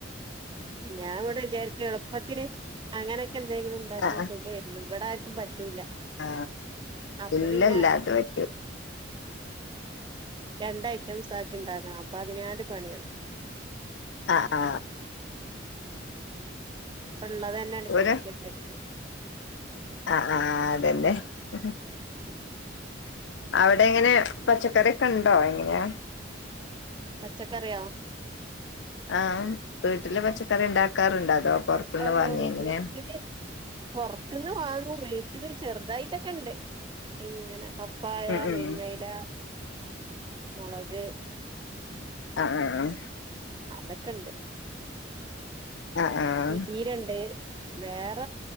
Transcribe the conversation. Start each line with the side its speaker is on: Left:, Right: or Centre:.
Right: ഞാൻ ഇവിടെ വിചാരിക്കുകയാണ്, എളുപ്പത്തിന് അങ്ങനെ. എന്തെങ്കിലും ഉണ്ടാക്കാൻ
Left: ആ
Right: സുഖയായിരുന്നു ഇവിടെ. ബ റ്റൂല
Left: ആ
Right: അപ്പൊ
Left: ഇല്ലല്ല
Right: പിന്നെ
Left: അത് പറ്റൂ
Right: രണ്ട് ഐറ്റംസ് ആക്കി ഇ ണ്ടാക്കണം. അപ്പൊ അതിനാട്ട് പണിയാണ്.
Left: അ ആ
Right: പ്പള്ളതെന്നെയാണ്ട് കഴിക്കാ
Left: ഒരു
Right: ര്ച്ചു
Left: ആ ആ അതന്നെ ഉം.
Right: ഉം
Left: അവിടെ എങ്ങനെ പച്ചക്കറിക്കെ ഉണ്ടോ എങ്ങനെയാ
Right: പച്ചക്കറിയോ
Left: ആഹ വീട്ടില് പച്ചക്കറി ഇ ണ്ടാക്കാറുണ്ടോ അതോ പുറത്തുന്ന്
Right: ആ
Left: വാങ്ങേ എങ്ങനെയാ
Right: വീട്ടില് പൊർത്ത്ന്ന് വാങ്ങും. ട്ടില് ചെറുതായിട്ടൊക്കെ ഇണ്ട് ഇങ്ങനെ പ പ്പായ,
Left: ഉം ഉം
Right: മെരിങ്ങയില മൊളക്
Left: ആഹ ആഹ് ആഹ
Right: അതൊക്കെണ്ട്.
Left: ആഹ് ആഹ്
Right: ചീചീരണ്ട് വേറ